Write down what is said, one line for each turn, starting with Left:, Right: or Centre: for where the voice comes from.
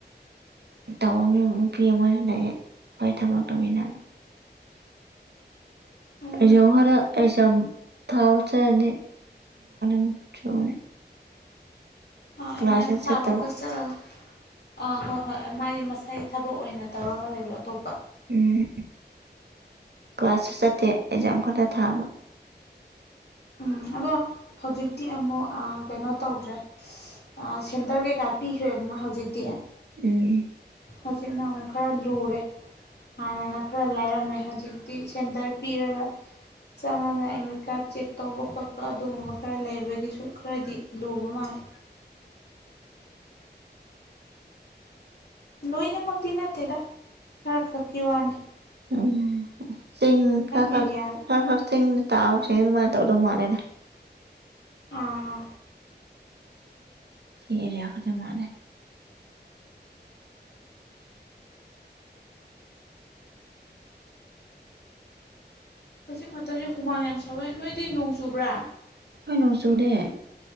Right: ꯇꯧꯔꯝꯃꯤꯕ ꯅꯨꯄꯤ ꯃꯣꯏ ꯍꯜꯂꯛꯑꯦ ꯑꯩꯈꯣꯏ ꯊꯕꯛ ꯇꯧꯃꯤꯟꯅꯕ
Left: ꯎꯝ
Right: ꯑꯩꯖꯨ ꯍꯔ ꯑꯦꯛ ꯖꯥꯝ ꯊꯥꯕ ꯆꯠꯔꯅꯤ <unintelligible>
Left: ꯑ
Right: ꯀ꯭ꯂꯥꯁꯁꯨ
Left: ꯑꯦꯛꯖꯥꯝ ꯊꯥꯕ
Right: ꯆꯠꯇꯕ
Left: <unintelligible> ꯑꯥ ꯍꯣꯏ ꯍꯣꯏ ꯃꯥꯏ ꯃꯁꯥꯏ ꯊꯕꯛ ꯑꯣꯏꯅ ꯇꯧꯔꯒ ꯂꯩꯕ ꯑꯇꯣꯞꯄ
Right: ꯎꯝ ꯀ꯭ꯂꯥꯁꯁꯨ ꯆꯠꯇꯦ ꯑꯦꯛꯖꯥꯝ ꯈꯇ ꯊꯥꯕ
Left: ꯎꯝ ꯑꯗꯣ ꯍꯧꯖꯤꯛꯇꯤ ꯑꯃꯨꯛ ꯀꯩꯅꯣ ꯇꯧꯗ꯭ꯔꯦ ꯑꯥ ꯁꯦꯟꯇꯔ ꯀꯩꯀꯥ ꯄꯤꯈ꯭ꯔꯦꯗꯅ ꯍꯧꯖꯤꯛꯇꯤ
Right: ꯎꯝ
Left: ꯍꯧꯖꯤꯛꯅ ꯑꯃꯨꯛ ꯈꯔ ꯂꯨꯔꯦ ꯍꯥꯟꯅꯅ ꯈꯔ ꯂꯥꯏꯔꯝꯃꯦ ꯍꯧꯖꯤꯛꯇꯤ ꯁꯦꯟꯇꯔ ꯄꯤꯔꯒ ꯆꯪꯉꯒ ꯑꯦꯗꯃꯤꯠ ꯀꯥꯔꯗ ꯆꯦꯛ ꯇꯧꯕ ꯈꯣꯠꯄ ꯑꯗꯨꯒꯨꯝꯕ ꯈꯔ ꯂꯩꯕꯒꯤꯁꯨ ꯈꯔꯗꯤ ꯂꯨꯕ ꯃꯥꯜꯂꯤ ꯂꯣꯏꯅꯃꯛꯇꯤ ꯅꯠꯇꯦꯗ ꯈꯔ ꯈꯛꯀꯤ ꯋꯥꯅꯦ
Right: ꯎꯝ ꯆꯤꯡ ꯈꯔ
Left: ꯑꯦꯔꯤꯌꯥꯗ
Right: ꯈꯛ ꯈꯔ ꯈꯛ ꯆꯤꯡ ꯇꯥꯕꯁꯤꯡ ꯑꯗꯨꯃꯥꯏ ꯇꯧꯗꯧ ꯃꯥꯜꯂꯦꯅꯦ
Left: ꯑꯥ
Right: ꯁꯤ ꯑꯦꯔꯤꯌꯥ ꯈꯇ ꯃꯥꯥꯜꯂꯦ
Left: ꯍꯧꯖꯤꯛ ꯃꯇꯝꯁꯦ ꯍꯨꯃꯥꯡ ꯌꯥꯝ ꯁꯥꯎꯋꯦ ꯅꯣꯏꯗꯤ ꯅꯣꯡ ꯆꯨꯕ꯭ꯔꯥ
Right: ꯍꯣꯏ ꯅꯣꯡꯆꯨꯗꯦ